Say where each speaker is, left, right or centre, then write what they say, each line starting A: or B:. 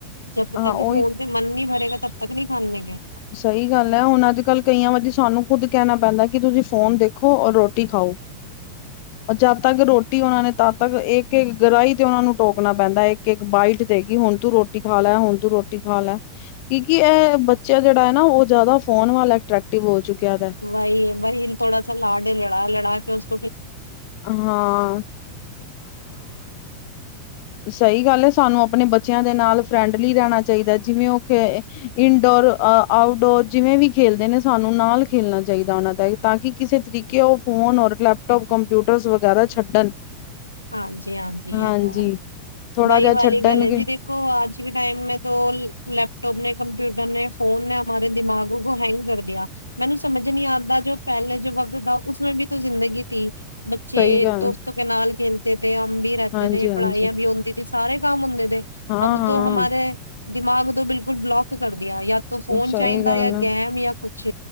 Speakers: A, on the left; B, on the left.
A: ਜਬ
B: ਹਾਂ
A: ਤੱਕ
B: ਉਹੀ
A: ਫੋਨ ਪੇ ਮਨ ਨੀ ਬਰੇਗਾ ਤਬ ਤੱਕ ਨੀ ਖਾਨੇ ਗੇ।
B: ਸਈ ਗੱਲ ਐ ਹੁਣ ਅੱਜ-ਕੱਲ ਕਈਆਂ ਵਾਰੀ ਸਾਨੂੰ ਖੁਦ ਕੈਣਾ ਪੈਂਦਾ ਕਿ ਤੁਸੀਂ ਫੋਨ ਦੇਖੋ ਔਰ ਰੋ ਟੀ ਖਾਓ। ਜਦ ਤੱਕ ਰੋਟੀ ਓਨਾਂ ਨੇ ਤਦ ਤੱਕ ਇੱਕ-ਇੱਕ ਗਰਾਈ ਤੇ ਓਨਾਂ ਨੂੰ ਟੋਕਣਾ ਪੈਂਦਾ ਏ। ਇੱਕ ਬਾਈਟ ਦੇਗੀ ਹੁਣ ਤੂੰ ਰੋਟੀ ਖਾ ਲੈ ਹੁਣ ਤੂੰ ਰੋਟੀ ਖਾ ਲੈ ਕੀ ਕੀ ਏਹ ਬੱ ਬੱਚਾ ਜੇੜਾ ਐ ਨਾ ਓ ਜਾਦਾ ਫੋਨ ਵੱਲ ਅਟਰੈਕਟਿਵ ਹੋ ਚੁੱਕਿਆ ਦੈ।
A: ਵਈ ਏ, ਵਹੀ ਥੋੜਾ ਸਾ ਲਾਡ ਲਡਾ-ਲਡਾ ਕੇ ਓਸ <inaudible>
B: ਹਾਂ ਸਈ ਗੱਲ ਐ ਸਾਨੂੰ ਆਪਣੇ ਬੱਚੇਆਂ ਦੇ ਨਾਲ ਫਰੈਂਡਲੀ ਰੈਣਾ ਚਾਈਦਾ ਜਿਵੇਂ ਓ ਖੇ ਇਨਡੋਰ ਅ ਆਊਟਡੋਰ ਜਿਵੇਂ ਵੀ ਖੇਲਦੇ ਨੇ ਸਾਨੂੰ ਨਾਲ ਖੇਲਣਾ ਚਾਈਦਾ ਓਨਾਂ ਦਾ ਤਾਂ ਕਿ ਕਿਸੇ ਤਰੀਕੇ ਕਿ ਓ ਫੋਨ ਔਰ ਲੈਪਟੋਪ, ਕੰਪਿਊਟਰਸ ਵਗੈਰਾ ਛੱਡਣ
A: ਹਾਂਜੀ-ਹਾਂਜੀ
B: ਹਾਂਜੀ
A: ਯੇ ਤੋ ਹੈ,
B: ਥੋੜਾ
A: ਵਈ
B: ਜਿਹਾ
A: ਵਾਲੀ
B: ਛੱਡਣਗੇ
A: ਗੱਲ ਐ ਜੀ ਦੇ ਹੋ ਅੱਜ ਕੇ ਟਾਈਮ ਮੇਂ ਤੋ ਲੈਪਟਾਪ ਨੇ, ਕੰਪਿਊਟਰ ਨੇ, ਫੋਨ ਨੇ ਹਮਾਰੇ ਦਿਮਾਗੋ ਕੋ ਹੈਂ ਗ ਕਰ ਦੀਆ, ਮੈਨੂੰ ਸਮਜ ਨੀ ਆਂਦਾ ਪੈਹਲੇ ਜੋ ਵਕਤ ਥਾ ਉਸਮੇਂ ਵੀ ਜਿੰਦਗੀ ਥੀ। ਬੱਚੇ
B: ਸਹੀ ਗੱਲ
A: ਦੋਸਤੋ ਕੇ ਨਾਲ ਖੇਲਤੇ ਥੇ, ਹਮ ਬੀ ਰਹਤੇ
B: ਹਾਂਜੀ
A: ਥੇ,
B: ਹਾਂਜੀ
A: ਪੜਾਈਆ ਵੀ ਹੁੰਦੀ ਥੀ ਸਾਰੇ ਕੰਮ ਹੁੰਦੇ ਥੇ,
B: ਹਾਂ
A: ਅਬ
B: ਹਾਂ
A: ਤੋ ਹਮਾਰੇ ਥੇ ਦਿਮਾਗ ਤੋਂ ਬਿਲਕੁਲ ਬਲੋਕ ਕਰਦੀਆਂ ਯਾ ਤੋਂ ਫੋਨ
B: ਸਹੀ
A: ਚਾਈਂਦਾ
B: ਗੱਲ
A: ਯਾ
B: ਹੈ
A: ਗੈਮ ਯਾ ਕੁਛ